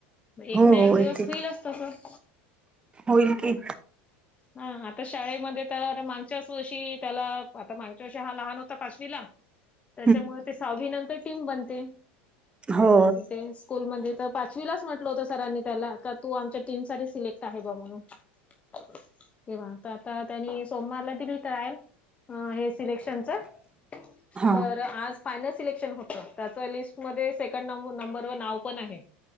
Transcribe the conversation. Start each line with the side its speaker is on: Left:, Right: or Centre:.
Right: हो
Left: एक ना
Right: हो
Left: एक दिवस
Right: येते
Left: होईलच तसं.
Right: होईल की,
Left: हां आता शाळेमध्ये तर मागच्याचं वर्षी त्याला आता मागच्या वर्षी हा लहान होता पाचवीला.
Right: <unintelligible>
Left: त्याच्यामुळे ते सहावी नंतर टीम बनते
Right: हो
Left: इथेच. स्कूलमध्ये तर पाचवीलाचं म्हटलं होतं सरांनी त्याला का तू आमच्या टीम साठी सिलेक्ट आहे बा म्हणून. <unintelligible> तेवा तर आता त्यांनी सोमवारला दिली ट्रायल अ हे सिलेक्शनचं.
Right: हा
Left: तर आज फायनल सिलेक्शन होत त्याच लिस्टमध्ये सेकंड नंब नंबवर नाव. पण आहे